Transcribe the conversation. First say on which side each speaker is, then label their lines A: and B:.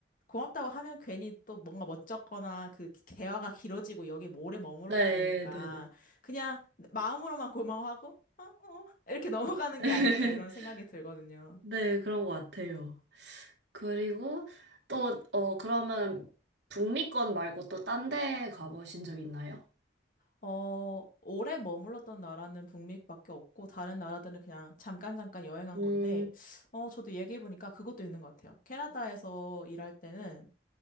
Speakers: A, on the left (about 45°); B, on the right (about 65°).
A: 고맙다고 하면 괜히 또 뭔가 멋쩍거나 그 대화가 길어지고 여기 에 오래 머물러야
B: 네,
A: 되니까
B: 네, 네.
A: 그냥 마음으로만 고마워하고, 어, 어, 이렇게 <laughs> 넘어가는
B: <laughs>
A: 게 아닐까 이런 생각이 들거든요.
B: 네, 그런 것 같아요. 그리고 또, 어, 그러면 북미권 말고 또 딴 데 가보신 적 있나요?
A: 어, 오래 머물렀던 나라는 북미밖에 없고, 다른 나라들은 그냥 잠깐 잠깐 여행한
B: 음,
A: 건데, 어, 저도 얘기해보니까 그것도 있는 것 같아요. 캐나다에서 일할 때는